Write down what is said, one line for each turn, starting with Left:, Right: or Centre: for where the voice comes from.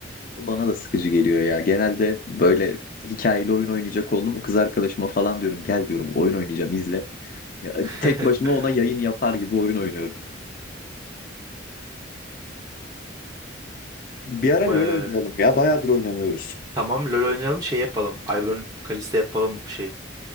Left: Bu bana da sıkıcı geliyor ya. Genelde böyle hikayeli oyun oynayacak oldum mu kız arkadaşıma falan diyorum gel diyorum oyun oynayacağım izle. Ya,
Right: <laughs>
Left: tek başıma ona yayın yapar gibi oyun oynuyorum. Bir ara
Right: Eee,
Left: LoL oynayalım ya. Bayağıdır oynamıyoruz.
Right: Tamam LoL oynayalım şey yapalım. Ivern Kalista yapalım şey.